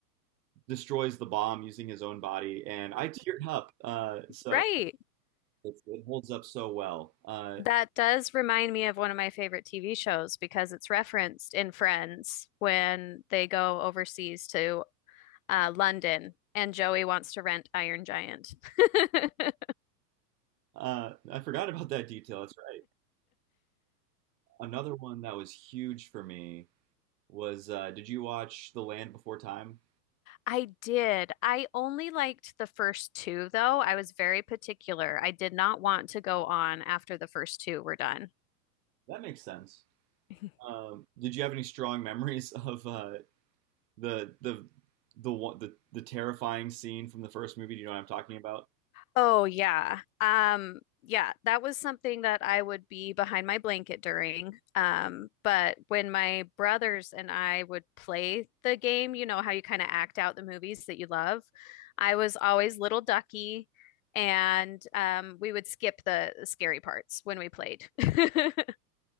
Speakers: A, on the right (about 85°); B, on the left (about 55°).
A: destroys the bomb using his own body, and I teared up. Uh, so
B: Right.
A: it's, it holds up so well. Uh,
B: That does remind me of one of my favorite TV shows because it's referenced in Friends when they go overseas to uh, London and Joey wants to rent Iron Giant. <laughs>
A: uh, I forgot about that detail. That's right. Another one that was huge for me was uh, did you watch The Land Before Time?
B: I did. I only liked the first two, though. I was very particular. I did not want to go on after the first two were done.
A: That makes sense.
B: <laughs>
A: Um, did you have any strong memories <laughs> of uh, the the the one the, the terrifying scene from the first movie? Do you know what I'm talking about?
B: Oh yeah. Um yeah, that was something that I would be behind my blanket during. Um but when my brothers and I would play the game, you know how you kind of act out the movies that you love, I was always little ducky and um we would skip the scary parts when we played. <laughs>